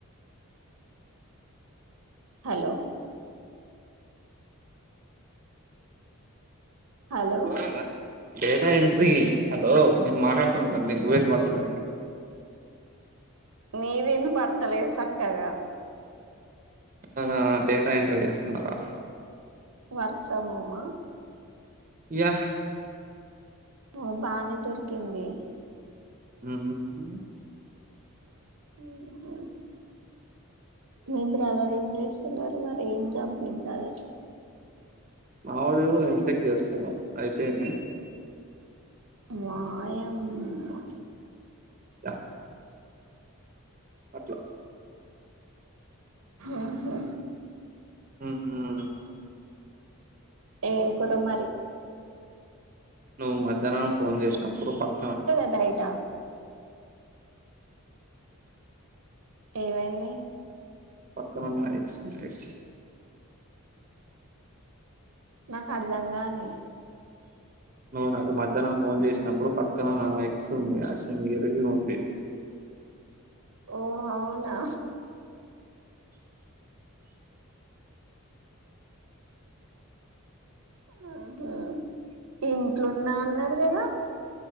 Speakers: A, on the right; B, on the right.
A: హలో. హలో.
B: అర్థమైందా డేటా ఎంట్రీ. హలో నేను మాట్లాడుతున్నా తల్లి, నువ్వే ఇనపడట్లేదు నీకు.
A: నువ్వేం పడట్లేస్. సక్కగా.
B: ఆహ్, డేటా ఎంట్రీ చేస్తున్నారు రా?
A: వర్క్ ఫ్రం హోమ్ ఆ?
B: యా!
A: ఓ బానే దొరికింది.
B: ఉహూ హూ.
A: ఉహూ, మీ బ్రదర్ ఏం చేస్తున్నారు? మరి ఏం జబ్ మీ బ్రదర్?
B: మా వోడు ఎం టెక్ చేస్తుండు. అయితే ఏంది?
A: వాయమ్మో!
B: యా! అట్లా.
A: ఆహా!
B: హ్మ్మ్.
A: ఏం కుర్రా మరి?
B: నువ్వు మధ్యానం ఫోన్ చేసినప్పుడు, పక్క.
A: ఉంటద కదా బయట? ఏంవ్యేంది?
B: పక్కన ఉన్న ఎక్స్, ఉంది ఎక్స్.
A: నాకు అర్థం కాలే?
B: నువ్వు నాకు మధ్యానం ఫోన్ చేసినప్పుడు పక్కన నా ఎక్స్ ఉంది, ఎక్స్ ఉంది, ఎదురుగా ఉంది.
A: ఓ అవునా? ఉహూ ఇంట్లో ఉన్న అన్నారు కదా?